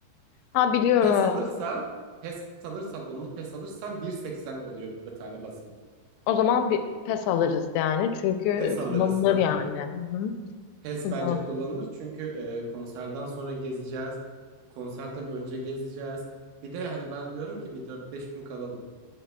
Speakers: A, on the left; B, on the right.
A: Ha biliyorum
B: PES
A: evet.
B: alırsan, PES alırsan, onlu PES alırsan bir seksen oluyor bir tane basım.
A: O zaman bir pes alırız yani. Çünkü
B: PES
A: kullanılır
B: alırız. Hı hı.
A: yani. Hı hı.
B: PES
A: Kullanılır.
B: bence kullanılır. Çünkü e, konserden sonra gezeceğiz. Konserden önce gezeceğiz. Bir de hani ben diyorum ki bir dört beş gün kalalım.